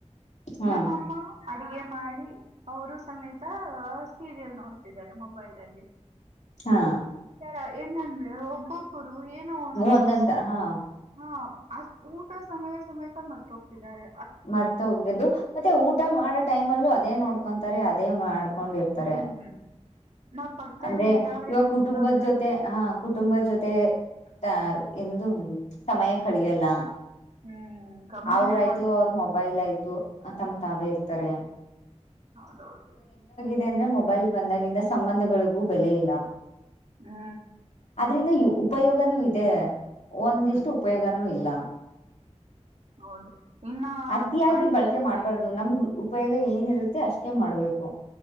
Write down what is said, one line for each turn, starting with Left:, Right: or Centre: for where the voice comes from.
Left: ಹಾ
Right: ನಮ್ಮಮ್ಮ ಅಡಗೆ ಮಾಡಿ ಅವರು ಸಮೇತ ಸೀರಿಯಲ್ ನೋಡ್ತಿದ್ದಾರೆ ಮೊಬೈಲ್ ಅಲ್ಲಿ.
Left: ಹಾ
Right: ಈ ತರ ಏನಂದ್ರೆ ಒಬ್ಬೊಬ್ಬರು ಏನು ಒಂದು ನೋಡ್ಕೊಂಡು
Left: ಒಂದಂತ ಹಾ
Right: ಹ ಅ ಊಟ ಸಮಯ ಸಮೇತ ಮರ್ತ ಹೋಗ್ತಿದ್ದಾರೆ.
Left: ಮರ್ತ ಹೋಗಿದ್ದು ಮತ್ತೆ ಊಟ ಮಾಡ ಟೈಮ್ ಅಲ್ಲೂ ಅದೇ ನೋಡ್ಕೊಂತಾರೆ ಅದೇ ಮಾಡ ಕೊಂಡಿರ್ತಾರೆ
Right: ಹ್ಮ್ ನಾವ್ ಪಕ್ಕದಲ್ಲಿ
Left: ಅಂದ್ರೆ
Right: ಇದಾರೆ
Left: ಇವಾಗ
Right: ಮನುಷ್ಯ
Left: ಕುಟುಂಬದ
Right: ಅನ್ನೋ
Left: ಜೊತೆ
Right: ಸಮೇತ
Left: ಹಾ
Right: ಗೊತ್ತಾಗಲ್ಲ
Left: ಕುಟುಂಬದ ಜೊತೆ. ಆ ಎಂದ ಸಮಯ ಕಳಿಯಲ್ಲಾ.
Right: ಹ್ಮ್ ಗಮನನೇ
Left: ಅವ್ರಯ್ತು
Right: ಕೊಡಲ್ಲ
Left: ಅವ್ರ
Right: ಕುಟುಂಬದ
Left: ಮೊಬೈಲ್
Right: ಬಗ್ಗೆ.
Left: ಆಯ್ತು ತಮ್ ತಾವೇ ಇರ್ತಾರೆ.
Right: ಹೌದೌದು
Left: ಅ ಅಂದ್ರೆ ಮೊಬೈಲ್ ಬಂದಾಗಿಂದ ಸಂಬಂಧಗಳಿಗೂ ಬೆಲೆ ಇಲ್ಲ.
Right: ಹ್ಮ
Left: ಅದ್ರಿಂದ ಉಪಯೋಗನೂ ಇದೆ ಒಂದಿಷ್ಟು
Right: ಹ್ಮ್
Left: ಉಪಯೋಗನೂ ಇಲ್ಲ.
Right: ಹೌದು ಇನ್ನ
Left: ಅತಿಯಾಗಿ
Right: ಮೊಬೈಲ್
Left: ಬಳಕೆ
Right: ಅಲ್ಲಿ
Left: ಮಾಡ್ಬಾರ್ದು
Right: ಕಲಿತಾರೆ.
Left: ನಮ್ಗ್ ಉಪಯೋಗ ಏನಿರುತ್ತೆ ಅಷ್ಟೇ ಮಾಡ್ಬೇಕು.